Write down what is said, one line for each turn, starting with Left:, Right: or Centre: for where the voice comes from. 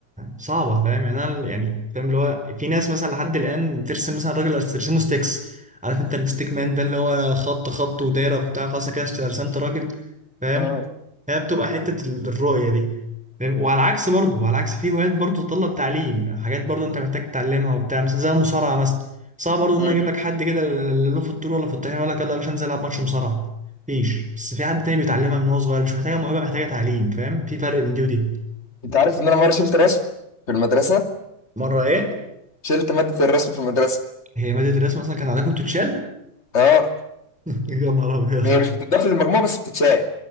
Centre: صعبه فاهم يعني انا يعني فاهم اللي هو في ناس مثلا لحد الان ترسم مثلا راجل ترسمه ستيكس عارف انت الستيك مان ده اللي هو خط خط ودايره بتاع خلاص أنا كده رسمت راجل فاهم
Left: مم.
Centre: هي بتبقى حتة ال- الرؤية دي فاهم؟ وعلى العكس برضه وعلى العكس في هوايات برضه تتطلب تعليم حاجات برضه انت محتاج تتعلمها وبتاع مثلا زي المصارعة مثلا صعب برضه ان
Left: مم.
Centre: أنا اجيب لك حد كده لا له في الطول ولا في الطحين ولا يلا يا باشا انزل العب ماتش مصارعة مفيش بس في حد تاني بيتعلمها من وهو صغير مش محتاجة موهبة محتاجة تعليم فاهم في فرق بين دي ودي
Left: انت عارف ان انا مره شلت رسم في المدرسه
Centre: مرة ايه؟
Left: شلت مادة الرسم في المدرسة
Centre: هي مادة الرسم اصلا كان عندكم بتتشال
Left: اه
Centre: <laughs> يا نهار ابيض
Left: هي مش بتضاف للمجموع بس بتتشال